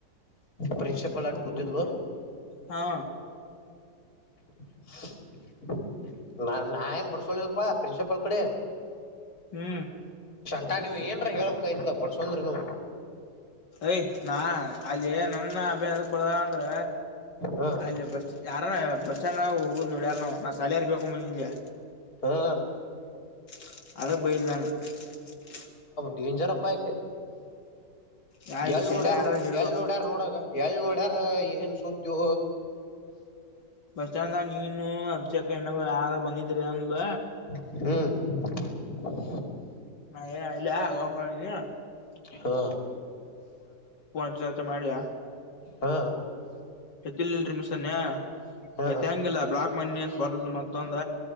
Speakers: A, on the left (about 55°); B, on the left (about 75°).
A: ಪ್ರಿನ್ಸಪಲ್ ಆ ಗುದ್ದಿದ್ದ
B: ಹಾ
A: <unintelligible> ನ್ ಬಡ್ಸೋಳಲ್ಪಾ ಪ್ರಿನ್ಸಿಪಾಲ್ ಕಡೆ
B: ಹ್ಮ್
A: ಅ ನೀವು ಏನರ ಹ ಹೇಳಳ್ಬೇಕಕ್ ಇತ ಬಡ್ಸಂದ್ರನು
B: ಯ್ ನಾ ಅಲ್ಲಿ ನನ್ನ ಅಭದಕ್ ಬದ ಅಂದ್ರ
A: ಹ್ಮ
B: ಅಲ್ಲ ಬಸ್ ಯಾರ ಬಸ್ ಸ್ಟ್ಯಾಂಡ್ಗ ಹೋಗೋುದು ನೋಡ್ಯಾರನೋ ನಾನು ಸ್ಯಾಲರಿ ಬೇಕುಮ್ಮ ನಿಂಗೆ
A: ಹಾ
B: <unintelligible>
A: ಡೇಂಜರ್ಪ್ ಆಯ್ತ
B: ಯಾ
A: ಎಲ್
B: ಶೈಲ
A: ನೋಡಲ್
B: ಯಾರ ಹೇಳ್ಬೇಕು
A: ಎಲ್ ನೋಡ್ಯಾರ ನೋಡಾಗ ಎಳ್ ನೋಡ್ಯಾರ ಏನ್ ಸುದ್ದು
B: ಬಸ್ ಸ್ಟ್ಯಾಂಡ್ ನೀನು ಅಭಿಷಕ ಇಣ್ಣ ಯಾರ ಬಂದಿದ್ರಿ ಅಂದ
A: ಹ್ಮ್
B: <unintelligible>
A: ಹಾ
B: <unintelligible> ಮಾಡಿಯಾ
A: ಹಾ
B: ಗತ್ತಲ್ಲ್ರಿ ಮಿಸಸನ್ಯ
A: ಹಾ
B: ತ್ಂಗಿಲ್ಲ ಬ್ಲಾಕ್ ಮಣಿ ಅಂತ ಬರದು ಮತ್ತೊಂದ